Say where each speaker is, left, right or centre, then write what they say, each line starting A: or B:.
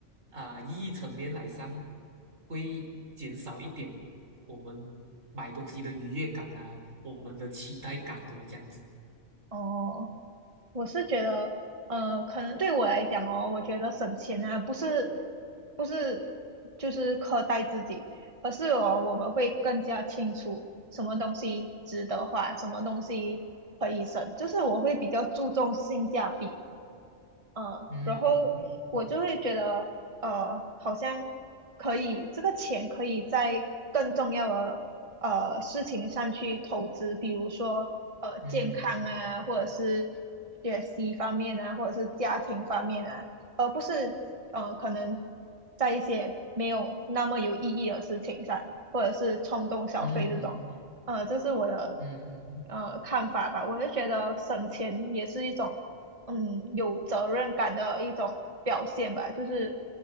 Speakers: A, on the right; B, on the right.
A: 啊、意义层面来上会减少一点我们买东西的愉悦感呐、我们的期待感怎么这样子？
B: 哦。我是觉得，呃，可能对我来讲哦，我觉得省钱啊，不是不是就是苛待自己，而是哦，我们会更加清楚什么东西值得花，什么东西可以省，就是我会比较注重性价比。呃，
A: 嗯嗯
B: 然后我就会觉得，呃，好像可以，这个钱可以在更重要的呃事情上去投资，比如说呃健康啊，
A: 嗯嗯嗯
B: 或者是学习方面啊，或者是家庭方面啊。是呃，可能在一些没有那么有意义的事情上，或者是冲动消费这种，
A: 嗯嗯嗯。嗯嗯
B: 呃，这是我的
A: 嗯嗯嗯
B: 呃看法吧。我就觉得省钱也是一种嗯有责任感的一种表现吧，就是